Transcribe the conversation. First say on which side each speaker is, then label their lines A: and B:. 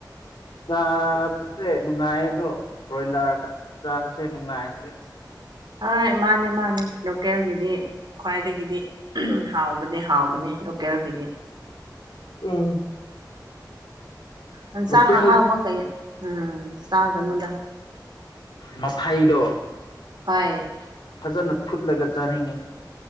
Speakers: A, on the left; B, on the right.
A: ꯑ <unintelligible> ꯍꯣꯏ ꯅꯨꯡꯉꯥꯏꯌꯦ ꯑꯗꯣ ꯕ꯭ꯔꯣꯏꯂꯔ ꯆꯥꯕꯁꯦ ꯅꯨꯡꯉꯥꯏꯇ꯭ꯔꯦ
B: ꯍꯣꯏ ꯃꯥꯅꯦ ꯃꯥꯅꯦ ꯂꯣꯀꯦꯜꯒꯤꯗꯤ ꯈ꯭ꯋꯥꯏꯗꯒꯤꯗꯤ ꯍꯥꯎꯕꯅꯦ ꯍꯥꯎꯕꯅꯦ ꯂꯣꯀꯦꯜꯒꯤꯗꯤ
A: ꯎꯝ
B: ꯍꯟꯁꯥꯡ
A: ꯂꯣꯀꯦꯜ
B: ꯑꯍꯥꯎꯕ ꯀꯌꯥ ꯎꯝ ꯆꯥꯒꯅꯨꯗ
A: ꯃꯊꯥꯏꯗꯣ
B: ꯍꯣꯏ
A: ꯐꯖꯅ ꯐꯨꯠꯂꯒ ꯆꯥꯅꯤꯡꯉꯤ